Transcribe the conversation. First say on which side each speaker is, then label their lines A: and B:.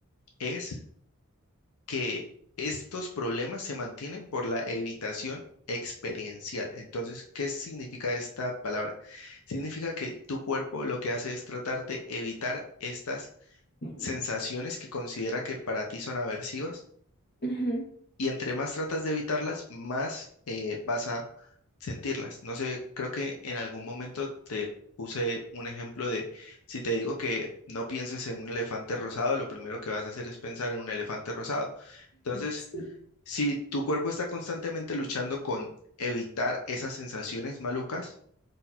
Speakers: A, on the left; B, on the left.
A: es que estos problemas se mantienen por la evitación experiencial. Entonces, ¿qué significa esta palabra? Significa que tu cuerpo lo que hace es tratar de evitar estas
B: Ujú.
A: sensaciones que considera que para ti son aversivas
B: <laughs>
A: y entre más tratas de evitarlas, más eh, vas a sentirlas. No sé, creo que en algún momento te puse un ejemplo de si te digo que no pienses en un elefante rosado, lo primero que vas a hacer es pensar en un elefante rosado. Entonces,
B: Sí,
A: si tu cuerpo está constantemente luchando con evitar esas sensaciones malucas,